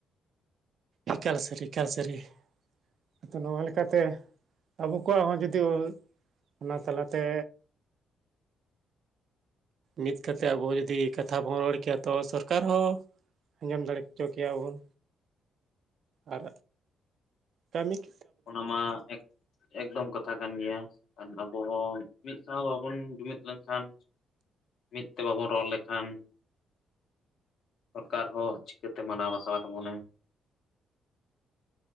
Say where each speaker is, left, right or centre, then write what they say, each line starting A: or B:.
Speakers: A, on the right; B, on the left.
A: ᱤᱠᱟᱞ ᱥᱟᱨᱤ ᱮᱠᱟᱞ ᱥᱟᱨᱤ᱾ ᱟᱫᱚ ᱱᱚᱣᱟ ᱞᱮᱠᱟᱛᱮ ᱟᱵᱚ ᱠᱚᱣᱟᱜ ᱦᱚᱸ ᱡᱩᱫᱤ ᱚᱱᱟ ᱛᱟᱞᱟᱛᱮ
B: <inaudible>
A: ᱢᱤᱫ ᱠᱟᱛᱮ ᱟᱵᱚ ᱡᱩᱫᱤ ᱠᱟᱛᱷᱟ ᱵᱚᱱ ᱨᱚᱲ ᱠᱮᱭᱟ ᱛᱚ ᱥᱚᱨᱠᱟᱨ ᱦᱚᱸ ᱟᱸᱡᱚᱢ ᱫᱟᱲᱮ ᱦᱚᱪᱚ ᱠᱮᱭᱟᱵᱚᱱ᱾ ᱟᱨ ᱠᱟᱹᱢᱤᱠ
B: ᱚᱱᱟ ᱢᱟ ᱮᱠ ᱮᱠᱫᱚᱢ ᱠᱟᱛᱷᱟ ᱠᱟᱱ ᱜᱮᱭᱟ ᱟᱵᱚ ᱦᱚᱸ ᱢᱤᱫ ᱥᱟᱶ ᱵᱟᱵᱚᱱ ᱡᱩᱢᱤᱫ ᱞᱮᱱᱠᱷᱟᱱ ᱢᱤᱫ ᱛᱮ ᱵᱟᱵᱚᱱ ᱨᱚᱲ ᱞᱮᱠᱷᱟᱱ ᱥᱚᱨᱠᱟᱨ ᱦᱚᱸ ᱪᱤᱠᱟᱹᱛᱮ ᱢᱟᱱᱟᱣ ᱵᱟᱛᱟᱣ ᱛᱟᱵᱚᱱᱟ?